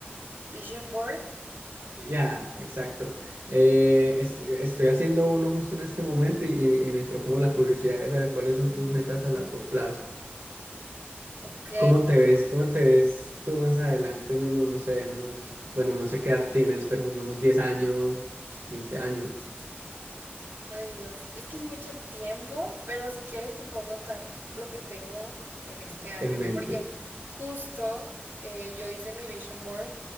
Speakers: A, on the right (about 55°); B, on the right (about 85°).
A: Vision Board.
B: Ya, exacto. Eh, es- estoy haciendo uno justo en este momento y, y me entró como la curiosidad de saber cuáles son tus metas a largo plazo.
A: Ok.
B: ¿Cómo te ves? ¿Cómo te ves tú más adelante en unos, no sé, en unos, bueno, no sé qué edad tienes, pero en unos diez años, quince años
A: Ay, Dios, es que es mucho tiempo, pero si quieres te puedo contar lo que tengo en este año,
B: en mente?
A: porque justo eh, yo hice mi vision board